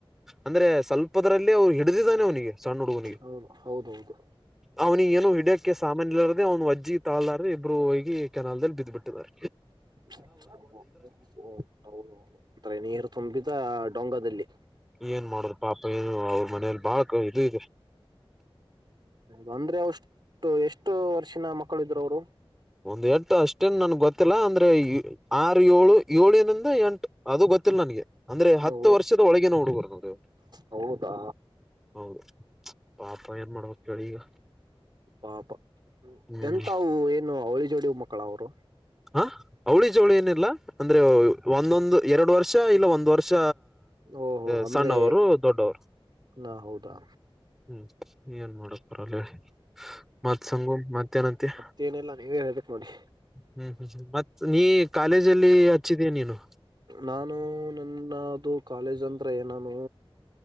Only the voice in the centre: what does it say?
ಅಂದ್ರೆ ಸ್ವಲ್ಪದ್ರಲ್ಲಿ ಅವರು ಹಿಡಿದಿದಾನೆ ಅವನಿಗೆ ಸಣ್ಣುಡುಗ ನೀ
ಅವ್ನಿಗೆ ಏನು ಹಡೋಕ್ಕೆ ಸಾಮಾನ ಇರದೇ ಅವ್ನ್ಜ್ಜ ತಳ್ದಾರ್ರ ಇಬ್ರು ಹೋಗಿ ಕೆನಲ್ಲ್ಲಿ ಬ ಬಿಟ್ಟು ಬಾರ
ಏನ್ ಮಾಡ್ರ ಪಾಪ ಏನು ಅವ್ರ ಮನೇಲಿ ಬಾಳ ಇದು ಇದೆ
ಒಂದ್ ಎಟು ಅಷ್ಟೇನ್ ನನ್ಗ್ ಗೊತ್ತಿಲ್ಲ ಅಂದ್ರೆ ಆರು ಏಳು ಏಳಿನಂದ ಎಂಟು ಅದು ಗೊತ್ತಿಲ್ಲ ನನ್ಗೆ ಅಂದ್ರೆ ಹತ್ತು
ವರ್ಷದ ಒಳಗೆ ನ ಹುಡುಗರು ನೋಡಿ
ಹೌದು ಪಾಪ ಏನ್ ಮಾಡ್ಬೇಕ ಕೇಳಿ ಈಗ
ಹ್ಮ್
ಹ ಅವಳಿ ಜವಳಿ ಏನಿಲ್ಲ ಅಂದ್ರೆ ಒಂದೊಂದು ಎರಡು ವರ್ಷ ಇಲ್ಲ ಒಂದ್ ವರ್ಷ
ಹ
ಸಣ್ಣವರು ದೊಡ್ಡವರು
ಹ್ಮ್ ಏನ್ ಮಾಡಕ್ ಪರಲ್ಲ ಹೇಳಿ ಮತ್ಸಂಗ ಮಧ್ಯಾಹ್ನಂತ
ಹ್ಮ್ ಹ್ಮ್್ಮ ಮತ್ ನೀ ಕಾಲೇಜಲ್ಲಿ ಹಚ್ಚಿದೀ ನೀನು